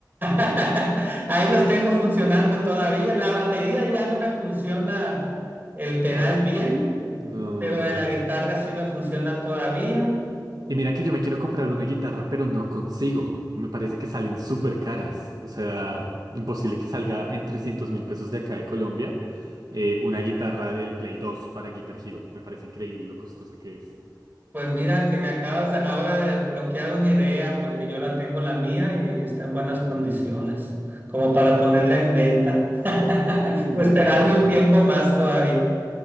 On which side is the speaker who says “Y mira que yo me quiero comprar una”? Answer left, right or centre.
Right